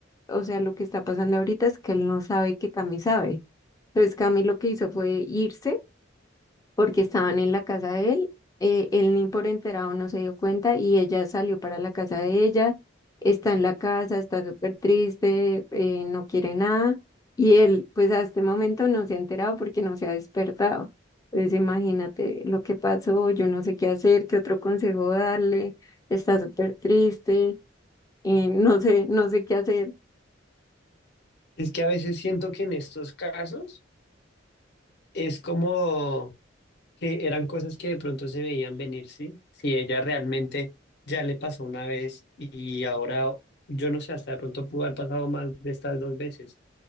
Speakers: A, on the left; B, on the left.
A: o sea, lo que está pasando ahorita es que él no sabe que Cami sabe. Entonces Cami lo que hizo fue irse porque estaban en la casa de él. eh, él ni por enterado no se dio cuenta y ella salió para la casa de ella, está en la casa, está súper triste, eh, no quiere nada y él pues a este momento no se ha enterado porque no se ha despertado. Entonces imagínate lo que pasó, yo no sé qué hacer, qué otro consejo darle, está súper triste, eh, no sé, no sé qué hacer.
B: Es que a veces siento que en estos casos es como que eran cosas que de pronto se veían venir, ¿sí? Si ella realmente ya le pasó una vez y ahora, yo no sé, hasta de pronto pudo haber pasado más de estas dos veces,